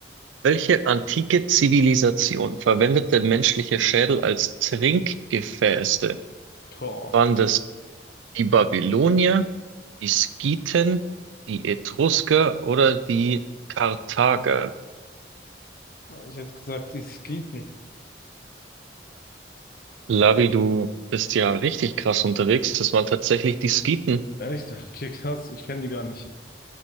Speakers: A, on the right; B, on the left.
A: Welche antike Zivilisation verwendete menschliche Schädel als Trinkgefäße?
B: Boah,
A: Waren das die Babylonier, die Skythen, die Etrusker oder die Karthager?
B: ich hätte gesagt, die Skeeten.
A: Labi, du bist ja richtig krass unterwegs. Das waren tatsächlich die Skythen.
B: Echt? <laughs> Okay, krass, ich kenne die gar nicht.